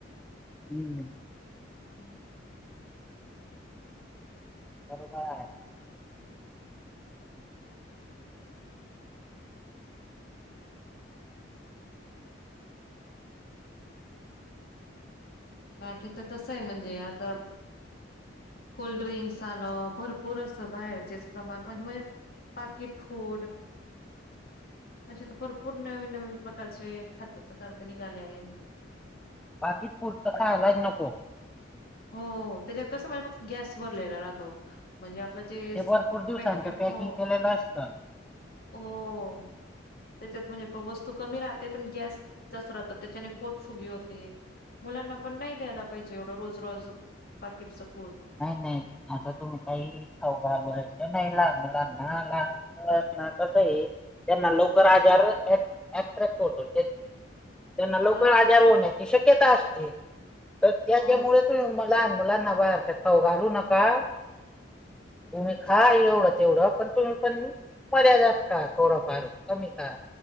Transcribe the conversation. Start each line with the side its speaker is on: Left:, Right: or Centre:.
Centre: हुम्म,
Left: हुम्म,
Centre: बरोबर आहे.
Left: बाकी कसं आहे म्हणजे आता कोल्ड्रिंक्स आलं भरपूर असं बाहेरचेच प्रमाण म पाकिट फूड तशाचे भरपूर नवीन - नवीन प्रकारचे खाद्यपदार्थ निघाले आहे. <unintelligible>
Centre: बाकीच पुढतं खाहायलाच नको.
Left: हो त्याच्यात कसं म्हणजे फक्त गॅस भरलेला राहतो. म्हणजे- म्हणजे,
Centre: ते
Left: सोपेक
Centre: भरपूर दिवसांचं पॅकिंग
Left: हो
Centre: केलेलं असतं
Left: हो. त्यांच्यात म्हणजे वस्तू कमी राहते पण गॅस जास्त राहतात त्याच्याने पोट फुगे होते. मुलांना पण नाही द्यायला पाहिजे एवढं, रोज रोज पाकीटचं फूड.
Centre: नाही नाही असं तुम्ही काही- घालू नाही लाग लाग ना ला ना <inaudible> त्यांना लवकर आजार ऍट्रॅट होतो. त्यांना लवकर
Left: हा
Centre: आजार होण्याची शक्यता असते, तर त्याच्यामुळे
Left: हो
Centre: तुम्ही. लाहान मुलांना बाहेर च खाऊ घालू नका. तुम्ही खा एवढं तेवढं पण तुम्ही पण, मर्यादत खा थोडं फार कमी खा.